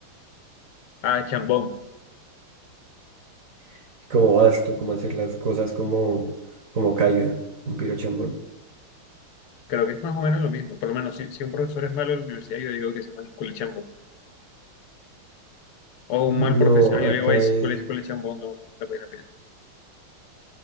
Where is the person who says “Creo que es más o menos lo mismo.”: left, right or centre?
Left